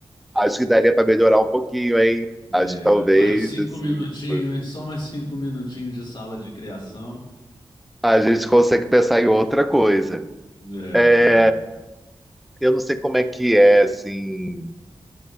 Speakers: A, in the centre; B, on the left.
A: Acho que daria para melhorar um pouquinho, hein? Acho
B: É,
A: que talvez,
B: mais cinco
A: assim,
B: minutinhos,
A: tipo,
B: hein? Só mais cinco minutinhos de sala de criação.
A: a gente consegue pensar em outra coisa.
B: É,
A: É,
B: é,
A: Eu não sei como é que é, assim.